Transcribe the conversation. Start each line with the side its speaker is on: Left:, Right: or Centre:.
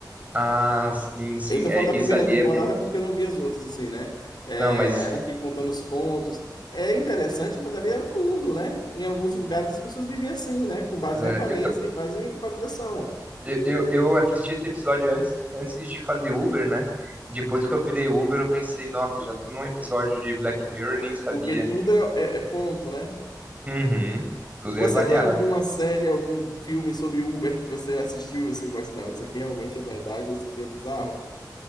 Right: Ah, sim, sim.
Left: Eu tô
Right: É,
Left: falando da
Right: isso
Left: primeira
Right: ali
Left: temporada
Right: é muito.
Left: porque eu não vi as outras, assim, né? É,
Right: Não, mas isso,
Left: aí ela fica contando os pontos. É interessante, mas ali é o mundo, né? Em alguns lugares as pessoas vivem assim, né? Com base
Right: né,
Left: em aparência
Right: eu
Left: e base em validação.
Right: Eu, eu, eu assisti esse episódio antes, antes de fazer Uber, né? Depois que eu virei Uber, eu pensei, nossa, já tô num episódio de Black Mirror, nem sabia.
Left: Porque tudo é, é- é ponto, né?
Right: Uhum, tudo
Left: Você
Right: é avaliado.
Left: tem alguma série, algum filme sobre Uber que você assistiu e você gosta? Não, isso aqui realmente é verdade, isso aqui é bizarro.